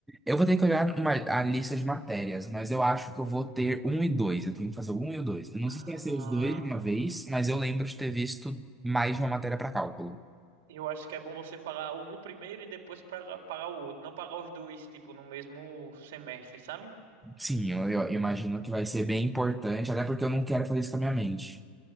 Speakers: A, in the centre; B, on the right (about 85°).
A: Eu vou ter que olhar uma, a lista de matérias, mas eu acho que eu vou ter um e dois. Eu tenho que fazer o um e o dois. Eu não
B: Ah,
A: sei se tem que ser os dois de uma vez, mas eu lembro de ter visto mais de uma matéria para cálculo.
B: eu acho que é bom você pagar um primeiro e depois pagar, pagar o outro, não pagar os dois, tipo, no mesmo semestre, sabe?
A: Sim, eu, eu imagino que vai ser bem importante, até porque eu não quero fazer isso com a minha mente.